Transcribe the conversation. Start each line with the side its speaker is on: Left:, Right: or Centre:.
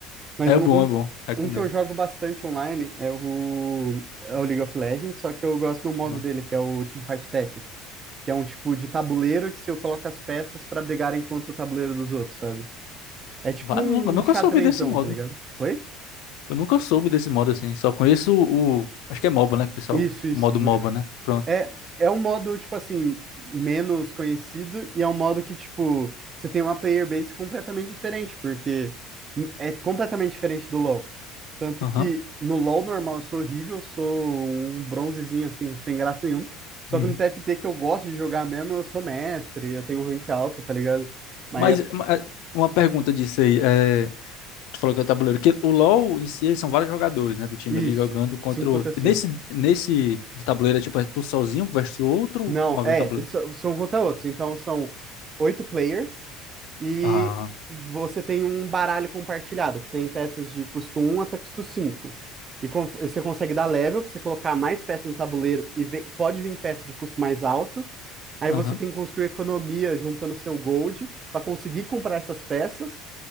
Right: Mas
Left: É
Right: um,
Left: bom,
Right: um,
Left: é bom. Recomendo.
Right: um que eu jogo bastante online é o, é o League of Legends, só que eu gosto do modo
Left: Uhum.
Right: dele, que é o Teamfight Tactics, que é um tipo de tabuleiro que se eu coloco as peças para brigarem contra o tabuleiro dos outros, sabe? É tipo
Left: Vale,
Right: um
Left: nunca, nunca
Right: xadrezão,
Left: soube desse modo.
Right: tá ligado? Oi?
Left: Eu nunca soube desse modo assim. Só conheço o, o- Acho que é MOBA, né? Que o pessoal.
Right: Isso, isso.
Left: O modo
Right: multi-
Left: MOBA, né? Pronto.
Right: É, é um modo, tipo assim, menos conhecido e é um modo que, tipo, você tem uma player base completamente diferente, porque é completamente diferente do LoL. Tanto
Left: Aham.
Right: que no LoL normal eu sou horrível, eu sou um bronzezinho assim, sem graça nenhuma. Só
Left: Uhum.
Right: que no TFT que eu gosto de jogar mesmo, eu sou mestre, eu tenho um rank alto, tá ligado? Mas
Left: Mas,
Right: é
Left: ma- uma pergunta disso aí. é, Tu falou que é o tabuleiro. Que o LoL em si são vários jogadores, né? Do time
Right: isso,
Left: ali jogando contra
Right: 5
Left: o
Right: contra
Left: outro.
Right: cinco
Left: Nesse, nesse do tabuleiro é tipo, é tu sozinho versus outro
Right: Não,
Left: movendo
Right: é,
Left: o tabuleiro?
Right: so- são contra outros. Então são oito players e
Left: Ah,
Right: você tem um baralho compartilhado, que tem peças de custo um até custo cinco E com- você consegue dar level pra você colocar mais peças no tabuleiro e ve- pode vir peça de custo mais alto Aí
Left: aham,
Right: você tem que construir economia juntando seu gold para conseguir comprar essas peças